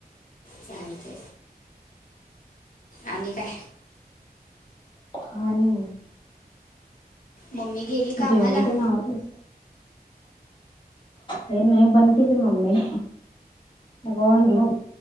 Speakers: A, on the left; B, on the left.
A: चालते. आणि काय.
B: खणी.
A: मम्मी गेली कामाला
B: जेवण ते नावतच. हे नाही बन केली मम्मीण ना.